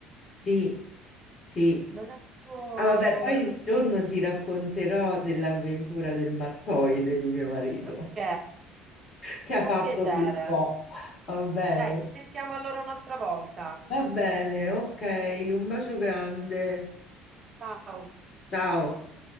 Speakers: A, on the left; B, on the right.
A: Sì, sì.
B: Me ne devo...
A: Ah, vabbè, poi un giorno ti racconterò dell'avventura del mattoide di mio marito
B: Ok,
A: <laughs> che ha
B: con
A: fatto
B: piacere.
A: sul po'. Va bene,
B: Dai, ci sentiamo allora un'altra volta.
A: va bene, ok, un bacio grande.
B: Ciao.
A: Ciao.